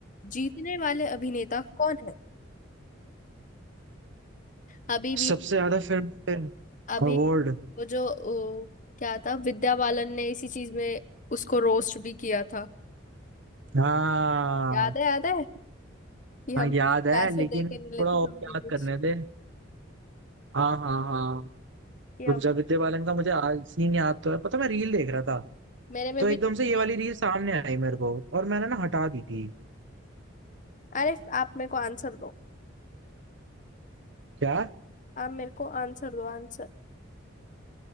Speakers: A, on the left; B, on the right.
A: जीतने वाले अभिनेता कौन है अभी भी
B: सबसे ज्यादा फिल्म
A: अभी
B: अवार्ड
A: वो जो ओ, क्या था विद्या बालन ने इसी चीज में उसको रोस्ट भी किया था
B: हाँ
A: याद है याद है कि हम
B: हाँ याद है
A: पैसे
B: लेकिन
A: दे के
B: थोड़ा
A: नहीं लेते
B: और
A: समथिंग
B: याद
A: कुछ
B: करने थे हाँ हाँ हाँ
A: कि हम
B: गुंजा विद्या बालन का मुझे आज सीन याद तो है पता मैं रील देख रहा था
A: मेरे में
B: तो
A: भी
B: एकदम
A: नहीं
B: से ये वाली
A: है
B: रील सामने आई मेरे को और मैंने ना हटा दी थी
A: अरे आप मेरे को आंसर दो
B: क्या
A: आप मेरे को आंसर दो आंसर